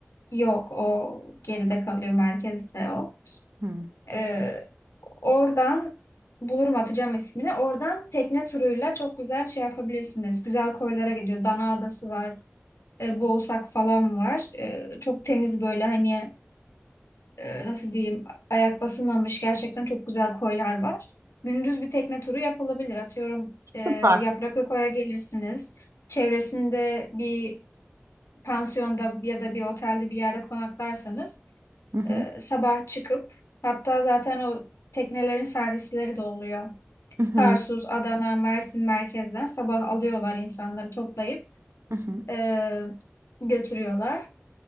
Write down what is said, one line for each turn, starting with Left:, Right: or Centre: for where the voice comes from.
Left: Yok o geride kalıyor merkezde o.
Right: Hı.
Left: Eee, oradan bulurum atacağım ismini. Oradan tekne turuyla çok güzel şey yapabilirsiniz. Güzel koylara gidiyor. Dana Adası var. e, boğsak falan var. E, çok temiz böyle hani e, nasıl diyeyim ayak basılmamış gerçekten çok güzel koylar var. Gündüz bir tekne turu yapılabilir. Atıyorum e,
Right: Süper.
Left: Yapraklı Koy'a gelirsiniz. Çevresinde bir pansiyonda ya da bir otelde bir yerde konaklarsanız
Right: Hı hı,
Left: e, sabah çıkıp hatta zaten o teknelerin servisleri de oluyor.
Right: hı hı,
Left: Tarsus, Adana, Mersin merkezden sabah alıyorlar insanları toplayıp
Right: hı hı.
Left: e, götürüyorlar.